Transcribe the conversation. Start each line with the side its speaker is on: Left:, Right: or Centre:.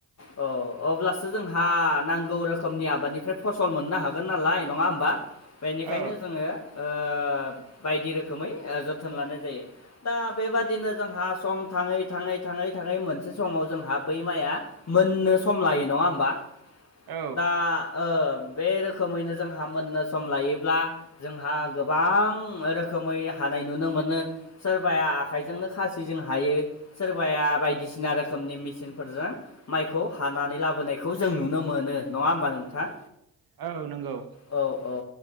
Left: औ अब्लासो जोंहा नांगौ रोखोमनि आबादनिफ्राय फसल मोननो हागोन नालाय नङा होमबा बेनिखायनो
Right: औ
Left: जोङो ओ बायदि रोखोमै जोथोन लानाय जायो दा बेबादिनो जोंहा सम थाङै थाङै थाङै थाङै मोनसे समाव जोंहा बै माइआ मोननो सम लायो नङा होमबा
Right: औ
Left: दा बे रोखोमैनो जोंहा मोननो सम लायोब्ला जोंहा गोबां रोखोमै हानाय नुनो मोनो सोरबाया आखाइजोंनो खासिजों हायो सोरबाया बायदिसिना रोखोमनि मेसिनफोरजों माइखौ हानानै लाबोनायखौ जों नुनो मोनो नङा होमबा नोंथां
Right: औ नंगौ
Left: औ औ